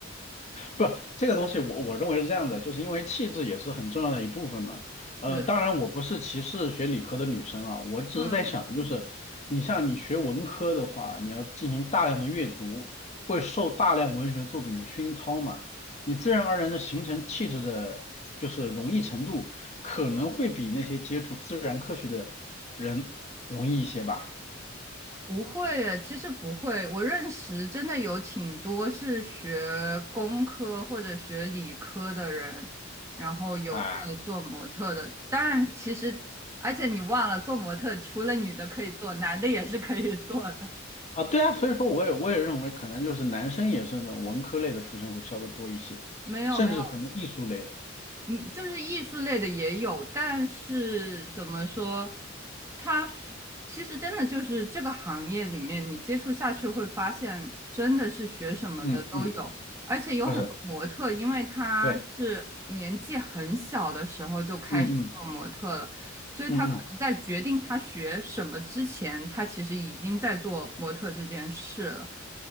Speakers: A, on the left (about 35°); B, on the right (about 15°).
A: 不，这个东西我我认为是这样的，就是因为气质也是很重要的一部分嘛。
B: 是，
A: 呃，当然我不是歧视学理科的女生啊，我只是在想，
B: 嗯。
A: 就是你像你学文科的话，你要进行大量的阅读，会受大量文学作品的熏陶嘛，你自然而然的形成气质的，就是容易程度可能会比那些接触自然科学的人容易一些吧。
B: 不会耶，其实不会。我认识真的有挺多是学工科或者学理科的人，然后有在做模特的。
A: 啊。
B: 当然，其实而且你忘了，做模特除了女的可以做，男的也是可以做的。
A: 啊，对啊，所以说我也我也认为可能就是男生也是那种文科类的出身会稍微多一些，
B: 没有没有，
A: 甚至可能艺术类的，
B: 嗯，就是艺术类的也有，但是怎么说，他其实真的就是这个行业里面，你接触下去会发现，真的是学什么的都有，
A: 嗯嗯，
B: 而且有很多模特，
A: 不是，
B: 因为他是年纪很小的时候就开始做模特了，
A: 对，嗯嗯。
B: 所以他可能在决定他学什么之前，
A: 嗯嗯
B: 他其实已经在做模特这件事了。